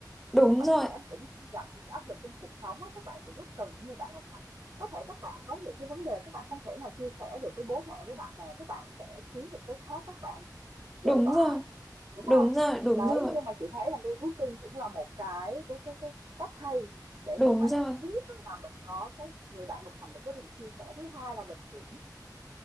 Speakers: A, in the centre; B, on the right.
A: đúng
B: các bạn
A: rồi
B: trẻ mà cũng hay gặp những cái áp lực trong cuộc sống á, các bạn cũng rất cần những người bạn đồng hành. Có thể các bạn có những cái vấn đề các bạn không thể nào chia sẻ được với bố mẹ, với bạn bè, các bạn sẽ kiếm một cái khác các bạn giải
A: đúng
B: tỏa
A: rồi
B: đúng
A: đúng
B: không
A: rồi đúng
B: đấy
A: rồi
B: nhưng mà chị thấy là nuôi thú cưng cũng là một cái cái cái cái cách hay để
A: đúng
B: các bạn
A: rồi
B: thứ nhất á là mình có cái người bạn đồng hành để có cùng chia sẻ thứ hai là mình cũng